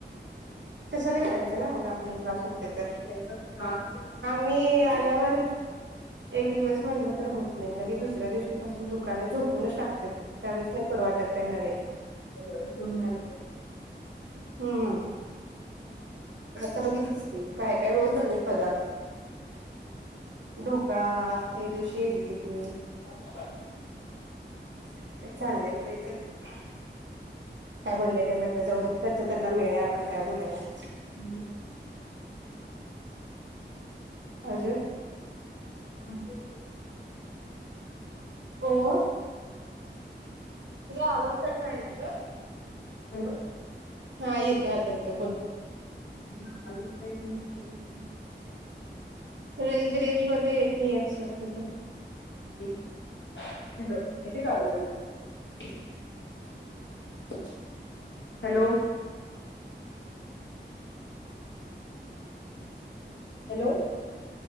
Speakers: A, on the right; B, on the left.
A: कशाला करायचं ना, मग आपल्याला त्रास होतोय तर
B: याचा त्रास
A: आम्ही आल्यावर एक दिवस म्हटलं तर होत नाही लगे, दुसऱ्या दिवशी पासून दुकायल झोपूनच टाकतोय, त्यावेळेस नाही करु वाटत काय नविन.
B: होय होय.
A: ह ह. आता बघितलीस की, काय काय रोज नविन पदार्थ. ढोकळा एक दिवशी इडली.
B: <unintelligible>
A: काय चालले बाई त्यांच? काय बोलले नाही म्हटलं, जाऊ दे त्याच त्यांना मिळयं आपण काय बोलायचं.
B: हम,
A: आज हे.
B: <unintelligible>
A: हो ओ. तुझा आवाज कट व्हायलाय गं.
B: हँलो!
A: हा, येतोय आता येतोय बोल.
B: ह अजून काही नाही <unintelligible>
A: रेंज रेंज मध्ये येत नाहीयस वाटतं तू.
B: <unintelligible> <unintelligible> हॅलो! हॅलो!